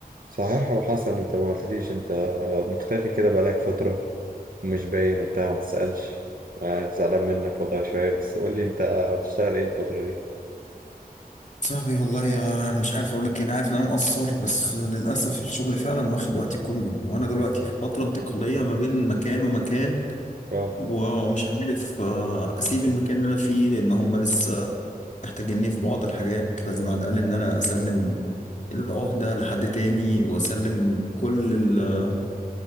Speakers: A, on the right; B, on the left.
A: صحيح يا ابو حسن انت ما قلتليش انت مختفي كده بقالك فترة ومش باين وبتاع ما تسألش زعلان منك والله شوية بس قول لي انت بتشتغل ايه الفترة دي
B: صاحبي والله يا انا مش عارف اقول لك إيه. انا عارف ان انا مقصر بس للاسف الشغل فعلا واخد وقتي كله وانا دلوقتي في فتره انتقاليه ما بين مكان ومكان
A: اه
B: ومش عارف آه، اسيب المكان اللي انا فيه لان هم لسه محتاجيني في بعض الحاجات لازم على الاقل ان انا اسلم العهده لحد تاني واسلم كل ال-